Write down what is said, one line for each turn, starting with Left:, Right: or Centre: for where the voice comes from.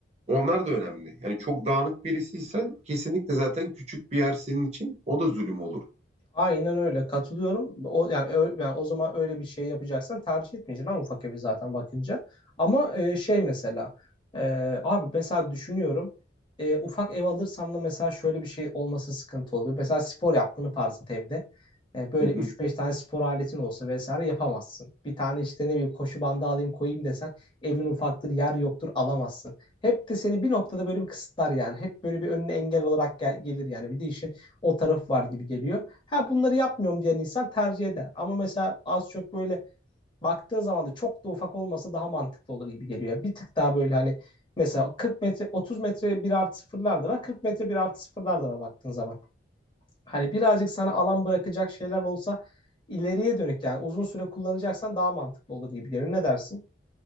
Right: onlar da önemli. Yani çok dağınık birisiysen kesinlikle zaten küçük bir yer senin için o da zulüm olur.
Left: Aynen öyle katılıyorum. O yani ö- yani o zaman öyle bir şey yapacaksan tercih etmeyeceksin ama ufak evi zaten bakınca. Ama e, şey mesela e, abi mesela düşünüyorum e, ufak ev alırsam da mesela şöyle bir şey olması sıkıntı oluyor. Mesela spor yaptığını farz et evde. E, böyle
Right: Hı hı.
Left: üç beş tane spor aletin olsa vesaire yapamazsın. Bir tane işte ne bileyim koşu bandı alayım koyayım desen evin ufaktır yer yoktur alamazsın. Hep de seni bir noktada böyle bir kısıtlar yani. Hep böyle bir önüne engel olarak gel- gelir yani. Bir de işin o tarafı var gibi geliyor. Ha bunları yapmıyorum diyen insan tercih eder. Ama mesela az çok böyle baktığın zaman da çok da ufak olmasa daha mantıklı olur gibi geliyor. Bir tık daha böyle hani mesela 40 metre 30 metre bir artı sıfırlar da var. 40 metre bir artı sıfırlar da var baktığın zaman. Hani birazcık sana alan bırakacak şeyler olsa ileriye dönük yani uzun süre kullanacaksan daha mantıklı olur gibi geliyor. Ne dersin?